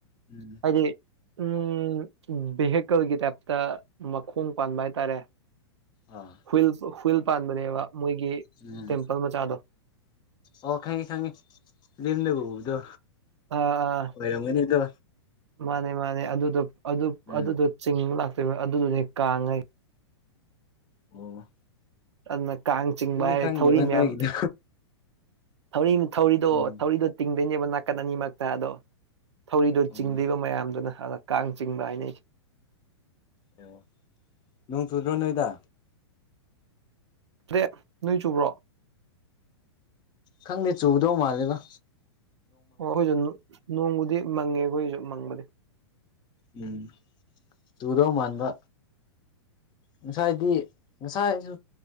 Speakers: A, on the left; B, on the right.
A: ꯎꯝ
B: ꯍꯥꯏꯗꯤ ꯎꯝ ꯚꯦꯍꯦꯀꯜꯒꯤ ꯇꯥꯏꯞꯇ ꯃꯈꯣꯡ ꯄꯥꯟꯕ ꯍꯥꯏꯇꯥꯔꯦ
A: ꯑꯥ
B: ꯍꯨꯏꯜ ꯍꯨꯏꯜ ꯄꯥꯟꯕꯅꯦꯕ ꯃꯣꯏꯒꯤ
A: ꯎꯝ
B: ꯇꯦꯝꯄꯜ ꯃꯆꯥꯗꯣ
A: ꯑꯣ ꯈꯪꯉꯦ ꯈꯪꯉꯦ ꯂꯦꯝꯅ ꯎꯕꯗꯣ
B: ꯑꯥ ꯑꯥ
A: ꯑꯣꯏꯔꯝꯒꯅꯤꯗ
B: ꯃꯥꯅꯦ ꯃꯥꯅꯦ ꯑꯗꯨꯗꯣ ꯑꯗꯨ
A: ꯎꯝ
B: ꯑꯗꯨꯗꯣ ꯆꯤꯡ ꯂꯥꯛꯇꯣꯏꯕ ꯑꯗꯨꯗꯣꯅꯦ ꯀꯥꯡ ꯍꯥꯏꯖ
A: ꯑꯣ
B: ꯑꯗꯨꯅ ꯀꯥꯡ ꯆꯤꯡꯕ
A: ꯑꯩꯗꯤ
B: ꯍꯥꯏ
A: ꯈꯪꯗꯦꯕ
B: ꯊꯧꯔꯤ
A: ꯅꯣꯏꯒꯤꯗꯣ
B: ꯃꯌꯥꯝ ꯊꯧꯔꯤ ꯊꯧꯔꯤꯗꯣ
A: ꯎꯝ
B: ꯊꯧꯔꯤꯗꯣ ꯇꯤꯡꯗꯣꯏꯅꯦꯕ ꯅꯥꯀꯟ ꯑꯅꯤꯃꯛꯇ ꯑꯗꯣ ꯊꯧꯔꯤꯗꯣ
A: ꯑꯣ
B: ꯆꯤꯡꯗꯣꯏꯕ ꯃꯌꯥꯝꯗꯨꯅ ꯑꯗ ꯀꯥꯡ ꯆꯤꯡꯕ ꯍꯥꯏꯅꯁꯦ
A: ꯑꯣ ꯅꯣꯡ ꯆꯨꯗ꯭ꯔꯣ ꯅꯣꯏꯗ
B: ꯆꯨꯏꯌꯦ ꯅꯣꯏ ꯆꯨꯕ꯭ꯔꯣ
A: ꯈꯪꯗꯦ ꯆꯨꯗꯧ ꯃꯥꯜꯂꯦꯗ
B: ꯑꯣ ꯑꯩꯈꯣꯏꯁꯨ ꯅꯣꯡꯕꯨꯗꯤ ꯃꯪꯉꯦ ꯑꯩꯈꯣꯏꯒꯤꯁꯨ ꯃꯪꯕꯗꯤ
A: ꯎꯝ ꯇꯨꯗꯧ ꯃꯥꯟꯕ ꯉꯁꯥꯏꯗꯤ ꯉꯁꯥꯏꯁꯨ